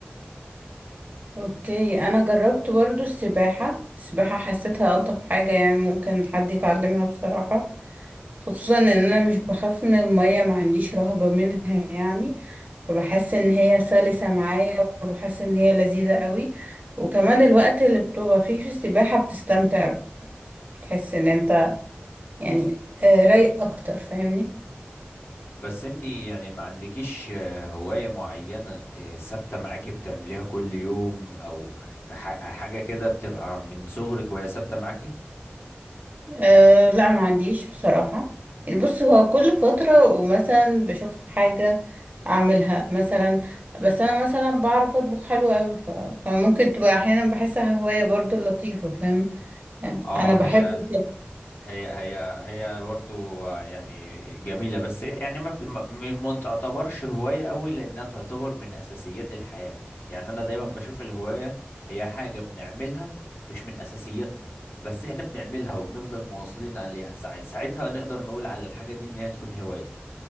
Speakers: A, on the right; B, on the left.
A: اوكي انا جربت برضو السباحة السباحة حسيتها الطف حاجة يعني ممكن حد يتعلمها بصراحة خصوصا ان انا مش بخاف من المية ما عنديش رهبة منها يعني فبحس ان هي سلسة معايا وبحس ان هي لذيذة قوي وكمان الوقت اللي بتبقى فيه في السباحة بتستمتع بتحس ان انت يعني آه، رايق اكتر فاهمني
B: بس انتي يعني ما عندكيش آه، هواية معينة آه، ثابتة معاكي بتعمليها كل يوم أو ح- حاجة كده بتبقى من صغرك وهي ثابتة معاكي؟
A: أه لا ما عنديش بصراحة يعني بص هو كل فترة ومثلا بشوف حاجة أعملها مثلا بس أنا مثلا بعرف أطبخ حلو أوي ف... فممكن تبقى أحيانا بحسها هواية برضو لطيفة فاهم يعني
B: اه
A: أنا بحب
B: هي
A: الطبخ.
B: هي هي هي برضو يعني جميلة بس يعني ما بت- ما ما تعتبرش هواية قوي لأنها تعتبر من أساسيات الحياة يعني أنا دايما بشوف الهواية هي حاجة بنعملها مش من أساسياتنا بس إحنا بنعملها وبنفضل مواصلين عليها ساع- ساعتها نقدر نقول على الحاجة دي إن هي تكون هواية